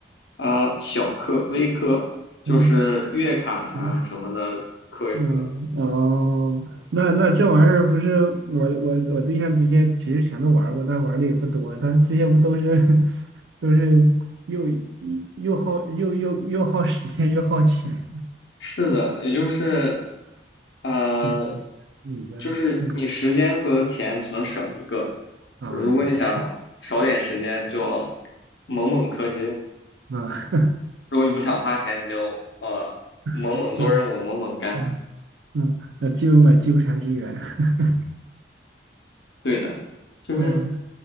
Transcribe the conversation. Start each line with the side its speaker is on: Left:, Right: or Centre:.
Left: 啊、小氪、微氪就是月卡呀什么的氪一氪。
Right: 嗯嗯嗯哦，那那这玩意儿不是我我我对象之前其实全都玩过，但玩的也不多，但这些不都是 <laughs> 都是又又耗又又又耗时间又耗钱，
Left: 是的，也就是呃，
Right: 你你家，
Left: 就是你时间和钱只能省一个，
Right: 嗯啊
Left: 如果你想少点时间，
Right: 是
Left: 就要猛猛氪金。
Right: 啊
Left: 如果你不想花钱，你就呃猛猛做任务，
Right: <laughs>，嗯。
Left: 猛猛干。
Right: 嗯嗯，呃，就买纠缠之源，<laughs>
Left: 对的，就是
Right: 嗯